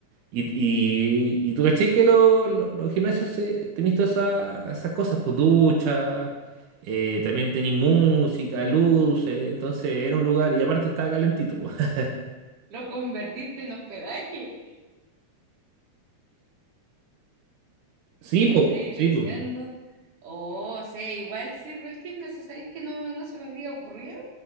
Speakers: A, on the right; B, on the right.
A: Y, y, y tú, ¿cachai? Que lo- lo- los gimnasios se, tenéis todas esas, esas cosas, pues ducha, eh, también tenéis música, luces, entonces era un lugar y aparte estaba calentito, pues. <laughs>
B: lo convertiste en hospedaje.
A: Sí,
B: Me
A: pues,
B: estáis
A: sí,
B: deseando.
A: pues,
B: Oh, o sea, igual sirve el gimnasio, ¿sabéis que no, no se me había ocurrido?